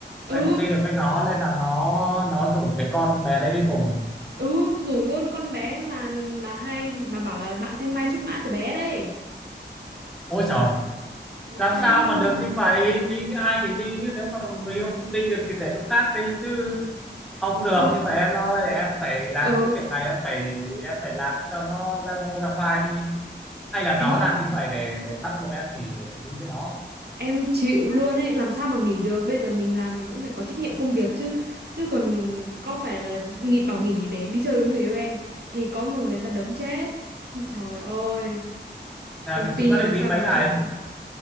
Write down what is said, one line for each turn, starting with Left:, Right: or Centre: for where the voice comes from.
Right: ừ
Centre: mày không đi được với nó nên là nó nó rủ cái con bé đấy đi cùng
Right: ừ rủ luôn con bé mà mà hai mà bảo là bạn Thanh Mai trúc mã từ bé đấy
Centre: ôi trời
Right: vãi
Centre: làm sao mà được như vậy đi với ai thì đi chứ nếu mà người yêu không đi được thì để lúc khác đi chứ không được
Right: xong
Centre: như vậy em ơi em phải làm
Right: ờ
Centre: cái chuyện này em phải em phải làm cho nó ra ngô ra khoai đi hay là
Right: em,
Centre: nó làm như vậy để để bắt buộc em nghỉ để xử lý với nó
Right: em chịu luôn ấy làm sao mà nghỉ được bây giờ mình làm mình cũng phải có trách nhiệm công việc chứ chứ còn có phải là nghỉ bảo nghỉ để đi chơi với người yêu em thì có mà người ta đấm chết <laughs> trời ơi
Centre: là
Right: công ty
Centre: chúng nó định
Right: làm
Centre: đi
Right: sao
Centre: mấy
Right: mà
Centre: ngày
Right: chạy